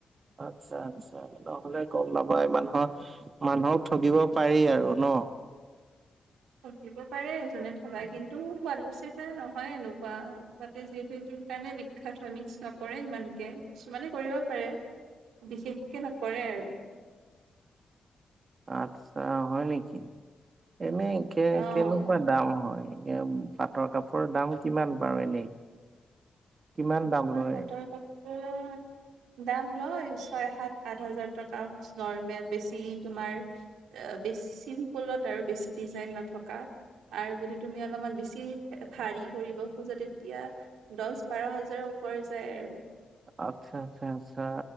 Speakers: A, on the right (about 50°); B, on the right (about 85°).
A: আচ্ছা আচ্ছা। নহলে গম নাপায় মানুহৰ, মানুহক ঠগিব পাৰি আৰু ন।
B: ঠগিব পাৰে এজনে ঠগায় কিন্তু শুৱালকুছিৰ পৰা নহয় এনেকুৱা। তাতে যিহেতু সেইটোৰ কাৰণে বিখ্যাত হয় মিক্স নকৰে ইমানকে কিছুমানে কৰিব পাৰে। বিশেষকে নকৰে আৰু।
A: আচ্ছা হয় নেকি, এনেই কেই
B: অ
A: কেনেকুৱা - দাম হয় কিন্তু পাটৰ কাপোৰৰ দাম কিমান বাৰু এনেই। কিমান দাম
B: তোমাৰ
A: লয়?
B: পাটৰ কাপোৰৰ দাম লয় ছয় সাত আঠ হাজাৰ টকা নৰৰ্মেল বেছি তোমাৰ- আ বেছি চিম্পুলত আৰু বেছি ডিজাইন নথকা। আৰু যদি তুমি অলপমান বেছি ভাৰী কৰিব খোজা তেতিয়া দহ- বাৰ হাজাৰৰ ওপৰে যায় আৰু।
A: আচ্ছা আচ্ছা আছা।